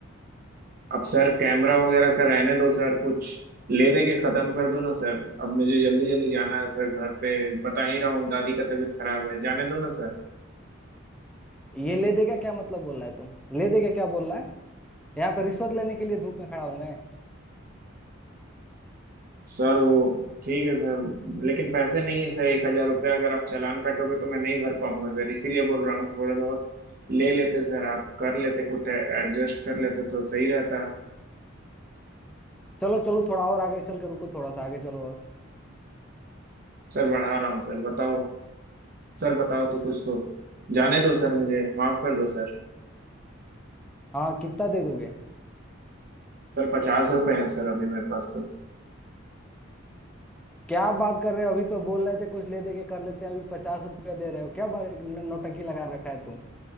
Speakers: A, on the right; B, in the centre.
A: अब सर कैमरा वगैरह का रहने दो सर कुछ ले दे के खत्म कर दो ना सर अब मुझे जल्दी जल्दी जाना है सर घर पे बता ही रहा हूँ दादी का तबीयत खराब है जाने दो ना सर
B: ये ले देगा क्या मतलब बोल रहा है तुम ले देगा क्या बोल रहा है यहाँ पे रिश्वत लेने के लिए धूप में खड़ा हूं मैं
A: सर वो ठीक है सर लेकिन पैसे नहीं है सर एक हजार रुपया अगर आप चालान काटोगे तो मैं नहीं भर पाऊंगा सर इसीलिए बोल रहा हूँ थोड़े बहुत ले लेते सर आप कर लेते कुछ एडजस्ट कर लेते तो सही रहता
B: चलो चलो थोड़ा और आगे चल के रुको थोड़ा सा आगे चलो और
A: सर बढ़ा रहा हूँ सर बताओ सर बताओ तो कुछ तो जाने दो सर मुझे माफ कर दो सर
B: हाँ कितना दे दोगे
A: सर पचास रुपए हैं सर अभी मेरे पास तो
B: क्या बात कर रहे हो अभी तो बोल रहे थे कुछ ले दे के कर लेते हैं अभी पचास रुपया दे रहे हो क्या बड़े न- नौटंकी लगा रखा है तुम